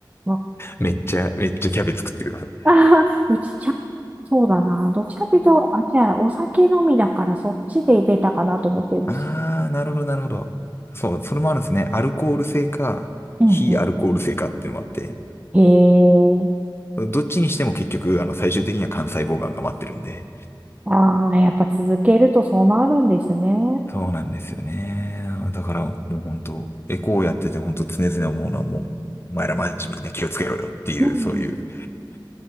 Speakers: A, on the right; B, on the left.
A: あ
B: めっちゃ、めっちゃキャベツ食ってください。
A: あー、うちちゃん、そうだな。どっちかというと、あ、じゃあ、お酒飲みだから、そっちで出たかなと思ってるんです。
B: あー、なるほど、なるほど。そう、それもあるんですね。アルコール性か、
A: うんう
B: 非アルコール性かっていうのもあって、
A: ん。へえ。
B: どっちにしても結局、あの、最終的には肝細胞がんが待ってるんで、
A: ああ、やっぱ続けるとそうなるんですね。
B: そうなんですよね。だからもう本当、エコーやってて本当常々思うのはもう、お前らマジみんな気をつけろよっていう、
A: うん。
B: そういう、